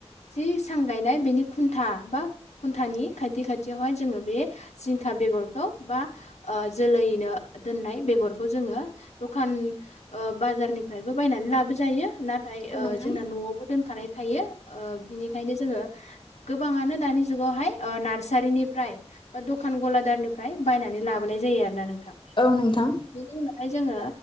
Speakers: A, on the left (about 85°); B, on the left (about 45°).
A: जि सां गायना नाय बेनि खुन्था बा खुन्थानि खाथि खाथियावहाय जोङो बे जिंखा बेगरखौ बा ओ जोलैनो दोननाय बेगरखौ जोङो दखान ओ बाजारनिफ्रायबो बायनानै लाबोजायो नाथाय
B: औ
A: ओ
B: नोंथां
A: जोंना न'आवबो दोनखानाय थायो ओ बिनिखायनो जोङो गोबाङानो दानि जुगावहाय ओ नार्सारिनिफ्राय बा दखान गलादारनिफ्राय बायनानै लाबोनाय जायो आरोना नों थां
B: औ नोंथां औ नोंथां
A: बेनि उनावहाय जोङो